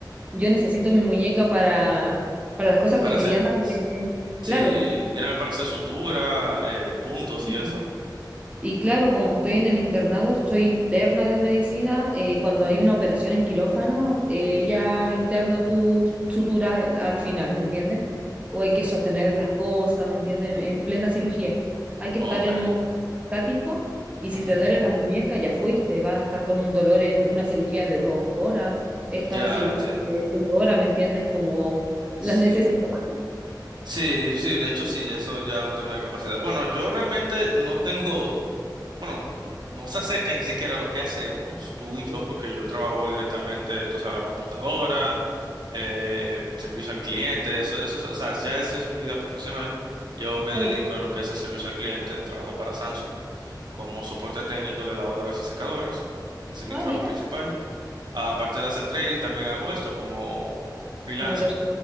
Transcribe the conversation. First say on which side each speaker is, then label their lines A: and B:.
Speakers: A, on the right; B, on the right.
A: Yo necesito mi muñeca para, para las cosas cotidianas.
B: Para hacer,
A: de-
B: s- sí,
A: Claro.
B: viene para hacer sutura, eh, puntos
A: sí.
B: y eso.
A: Y claro, como estoy en el internado, soy interna de medicina. eh, cuando hay una operación en quirófano, eh, ella interna tu sutura al al final, ¿me entiendes? O hay que sostener las cosas, ¿me entiendes? En, en plena cirugía. Hay que
B: Ok.
A: estar en un momento estático y si
B: ujú,
A: te duele la muñeca, ya fuiste. Vas a estar con un dolor en una cirugía de dos horas. He estado
B: Ya
A: en cirugía
B: entiendo.
A: de seis horas, ¿me entiendes? Como
B: Sí.
A: las necesito.
B: Sí, sí, de hecho sí, eso ya es un tema de capacidad. Bueno, yo realmente no tengo, bueno, no se acerca ni siquiera a lo que hacemos tú y yo, porque yo trabajo directamente, tú sabes, la computadora, eh, servicio al cliente, eso, eso, es- o sea, ya eso es mi vida profesional. Yo me
A: Hoy,
B: dedico a lo que es el servicio al cliente, trabajo para Samsung como soporte técnico de lavadoras y secadoras. Ese es mi
A: ah,
B: trabajo
A: bien,
B: principal. Aparte de hacer trading, también hago esto como freelancer.
A: como te,